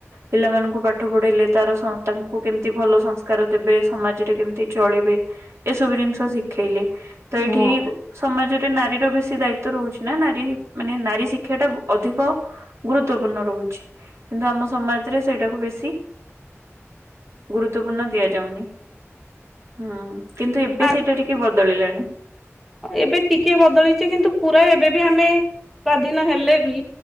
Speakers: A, on the right (about 65°); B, in the centre.
A: ପିଲାମାନଙ୍କୁ ପାଠ ପଢେଇଲେ ତାର ତାଙ୍କୁ କେମିତି ଭଲ ସଂସ୍କାର ଦେବେ ସମାଜରେ କେମିତି ଚଳିବେ। ଏ ସବୁ ଜିନିଷ ଶିଖେଇଲେ ତ ଏଇଠି
B: ହଁ
A: ସମାଜରେ ନାରୀର ବେଶୀ ଦାୟିତ୍ବ ରହୁଛି ନା ନାରୀ ମାନେ ନାରୀ ଶିକ୍ଷା ଟା ଅଧିକ ଗୁରୁତ୍ୱପୂର୍ଣ୍ଣ ରହୁଛି କିନ୍ତୁ ଆମ ସମାଜରେ ସେଇଟାକୁ ବେଶୀ ଗୁରୁତ୍ୱପୂର୍ଣ୍ଣ ଦିଆଯାଉନି। ହଁ! କିନ୍ତୁ ଏବେ
B: ଆ
A: ସେଇଟା ଟିକେ ବଦଳିଲାଣି।
B: ଏବେ ଟିକେ ବଦଳିଛି କିନ୍ତୁ ପୁରା ଏବେ ବି ଆମେ ସ୍ଵାଧୀନ ହେଲେ ବି